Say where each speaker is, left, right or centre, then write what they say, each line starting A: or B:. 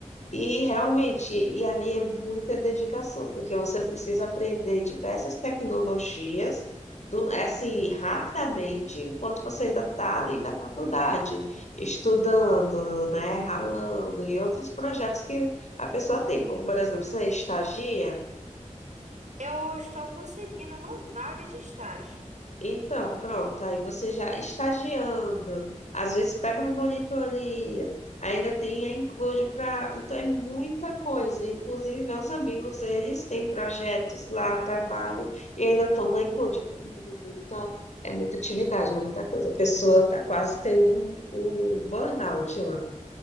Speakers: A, on the left (about 65°); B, on the right (about 65°).
A: E realmente, e ali é muita dedicação, porque você precisa aprender diversas tecnologias do, assim, rapidamente, enquanto você ainda está ali na faculdade, estudando, né, ralando, e outros projetos que a pessoa tem, como, por exemplo, você estagia,
B: Eu estou conseguindo uma vaga de estágio.
A: Então, pronto, aí você já estagiando, às vezes pega uma monitoria, ainda tem a include para. Então, é muita coisa. Inclusive, meus amigos, eles têm projetos lá, trabalham, e ainda estão na include. Tem muita- é muita atividade, é muita coisa. A pessoa está quase tendo um, um burnout lá.